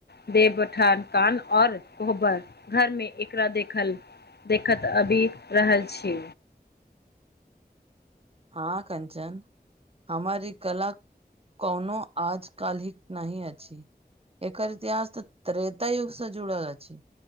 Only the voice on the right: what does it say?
हँ कंचन हमर ई कला कोनो आज काल्हिक नहि अछि एकर इतिहास तऽ त्रेता युगसँ जुड़ल अछि